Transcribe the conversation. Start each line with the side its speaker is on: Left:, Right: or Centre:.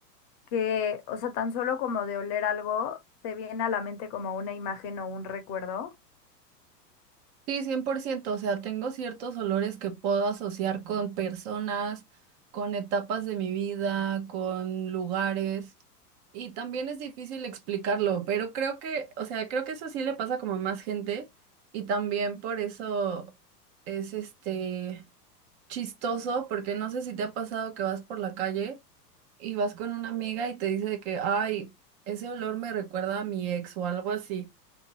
Left: que, o sea, tan solo como de oler algo, te viene a la mente como una imagen o un recuerdo.
Right: Sí, cien por ciento o sea, tengo ciertos olores que puedo asociar con personas, con etapas de mi vida, con lugares, y también es difícil explicarlo, pero creo que, o sea, creo que eso sí le pasa como a más gente, y también por eso es este... chistoso porque no sé si te ha pasado que vas por la calle y vas con una amiga y te dice de que, ay, ese olor me recuerda a mi ex o algo así.